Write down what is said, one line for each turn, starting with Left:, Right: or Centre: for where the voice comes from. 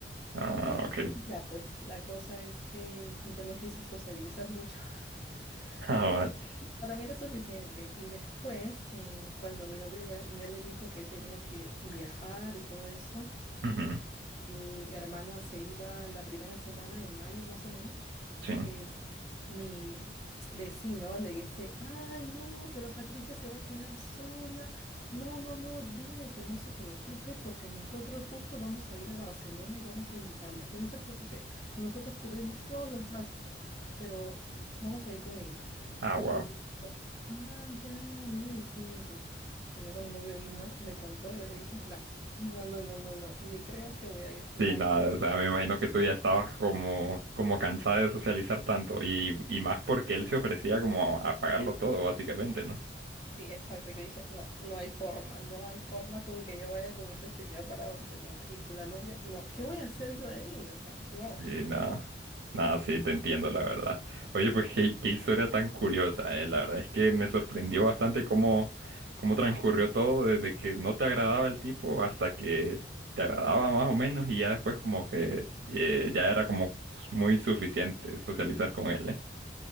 Right: Ah,
Left: Y
Right: ok.
Left: ya, pues la cosa es que ya no quise sociabilizar mucho <laughs>
Right: <laughs> Ah,
Left: porque
Right: vaya.
Left: para mí era suficiente. Y después, eh, cuando mi novio ya, ya le dijo que él tenía que viajar y todo eso,
Right: Ujú,
Left: mi hermana se iba la primera semana de mayo, más o menos,
Right: Sí.
Left: eh, mi vecino le dice, ay, no, pero Patricia se va a quedar sola. No, no, no, dile de que no se preocupe porque nosotros justo vamos a ir a Barcelona y vamos a invitarla, que no se preocupe. Nosotros cubrimos todos los gastos, pero vamos a ir con ella.
Right: Ah,
Left: Y
Right: wow.
Left: yo, ah, ya, voy a decirle. Y luego mi novio vino, me contó, yo le dije, no. No, no, no, no, no, ni creas que voy a ir, no
Right: Sí,
Left: hay
Right: nada, o sea, me imagino que tú ya estabas como, como cansada de socializar tanto y, y más porque él se ofrecía como a pagarlo todo, básicamente, ¿no?
Left: Sí, exacto, que dije, no, no hay forma, no hay forma con que yo vaya con ese señor para Barcelona y con la novia, no, ¿qué voy a hacer yo ahí? O sea, no.
Right: Sí, nada. Nada, sí, te entiendo, la verdad. Oye, pues qué, qué historia tan curiosa, eh. La verdad es que me sorprendió bastante cómo, cómo transcurrió todo, desde que no te agradaba el tipo hasta que te agradaba más o menos, y ya después como que eh, ya era como muy suficiente socializar con él, eh.